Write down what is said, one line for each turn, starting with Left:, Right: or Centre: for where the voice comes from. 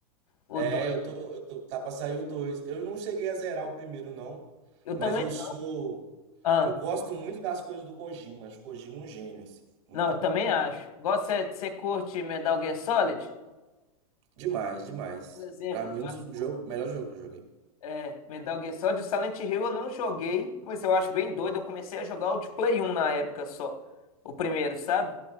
Left: O
Right: É,
Left: 2.
Right: eu tô, eu tô, tá pra sair o 2. Eu não cheguei a zerar o primeiro, não,
Left: Eu
Right: mas
Left: também
Right: eu
Left: não.
Right: sou,
Left: Ah,
Right: eu gosto muito das coisas do Kojima, acho o Kojima um gênio, assim, muito,
Left: não, eu também acho. Gosta, você você curte Metal Gear Solid?
Right: demais, demais.
Left: Por exemplo,
Right: Pra mim,
Left: que
Right: um
Left: eu acho
Right: dos jogos, melhor jogo que eu joguei.
Left: É, Metal Gear Solid, o Silent Hill eu não joguei, mas eu acho bem doido. Eu comecei a jogar o de Play 1 na época só, o primeiro, sabe?